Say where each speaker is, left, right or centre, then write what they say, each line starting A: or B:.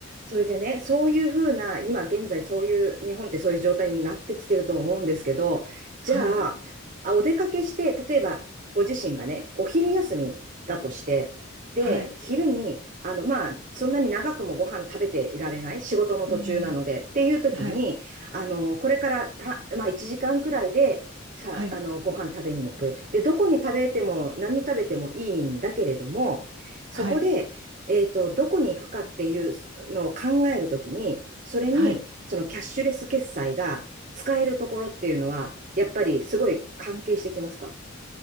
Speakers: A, on the right; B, on the right.
A: それでね、そういうふうな、今現在そういう、日本ってそういう状態になってきてると思うんですけど、
B: はい。
A: じゃあ、あ、お出かけして、例えばご自身がね、お昼休みだとして、で、
B: はい。
A: 昼に、あの、まあ、そんなに長くもご飯食べていられない、仕事の途中なので、
B: うん。
A: っていう時に、
B: はい。
A: あの、これからた、まあ、1時間くらいで、さ、
B: はい。
A: あの、ご飯食べに行く。で、どこに食べても、何食べてもいいんだけれども、そこで、
B: はい。
A: えっと、どこに行くかっていうのを考えるときに、それに、
B: はい。
A: そのキャッシュレス決済が使えるところっていうのは、やっぱりすごい関係してきますか